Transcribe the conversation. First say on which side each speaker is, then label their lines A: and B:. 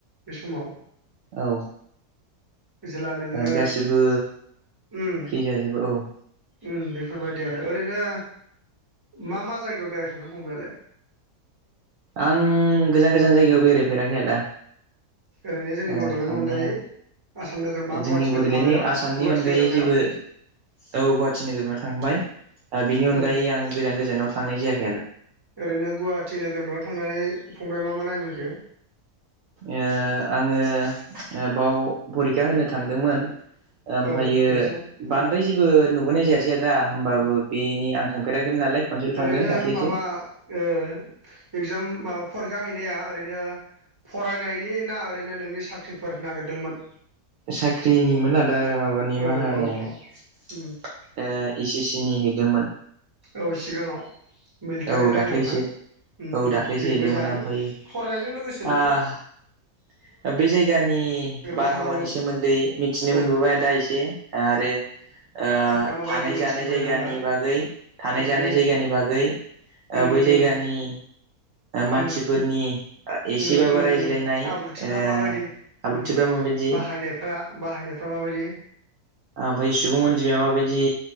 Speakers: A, on the right; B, on the right.
A: बे समाव
B: औ
A: जेला नोङो
B: आरो गासिबो
A: उम
B: फ्रि जाजोबो औ
A: उम बेफोरबायदि आरो ओरैनो मा मा जायगायाव बेरायखांखो फंबायालाय
B: आं गोजान गोजान जायगायाव बेरायफेराखै आदा
A: ओरैनो जोंनि
B: ओ
A: बड'लेण्ड
B: थांनाया
A: अनगायै आसाम नोगोरमा गुवाहाटि
B: जोंनि बड'लेण्डनि
A: माबायाव
B: आसामनि
A: गुवाहाटि
B: अनगायै
A: नोगोरमायाव
B: जेबो औ गुवाहाटि नोगोराव थांबाय बेनि अनगायै
A: उम
B: आं गोजान गोजानाव थांनाय जाया
A: ओरैनो गुवाहाटि नोगोरमयाव थांनानै फंबाया मा मा नायबोखो
B: ओ आङो बाव परिखा होनो थांदोंमोन ओमफायो
A: औ एगजाम उम
B: बांद्राय जेबो नुबोनाय जायासै आदा होमबाबो
A: उम
B: बेनि फेराखैमोन नालाय खनसेल' थांदों
A: ओरैनो
B: दाख्लैसो
A: माबा ओ एगजाम माब फरिखा हैनाया ओरैनो फरायनायनि ना ओरैनो नोंनि साख्रिफोर नागिरदोंमोन
B: साख्रिनिमोन आदा माबानि
A: औ
B: मा होनो ओ
A: औ उम
B: इ सि सिनि हैदोंमोन
A: औ सिगाङाव मिलिटारि
B: औ
A: लाइनाव
B: दाख्लैसो
A: ना उम
B: औ
A: उम
B: दाख्लैसो
A: दे
B: हैदोंमोन
A: मोजाङानो
B: ओमफ्रायो
A: फरायनायजों लोगोसे
B: ओ
A: बेफोर
B: बे जायगानि
A: नागिरबाय
B: बारहावानि
A: थानांगौ
B: सोमोनदै मिथिनो
A: औ
B: मोनबोबाय आदा एसे आरो ओ‌
A: दा माबायदि
B: थानाय
A: मोनथिबोबायना
B: जानाय जायगानि
A: होमबा
B: बागै थानाय
A: उम
B: जानाय
A: उम
B: जायगानि बागै
A: उम
B: ओ‌ बै
A: उम
B: जायगानि मानसिफोरनि
A: उम
B: एसेबाबो
A: उम उम
B: रायज्लायनाय
A: उम आब्रुथिफ्रा
B: ओ
A: माबायदि
B: आब्रुथिफ्रा
A: उम
B: माबायदि
A: बाहायनायफ्रा बाहायनायफ्रा माबायदि
B: आमफाय सुबुं अनजिमाया माबायदि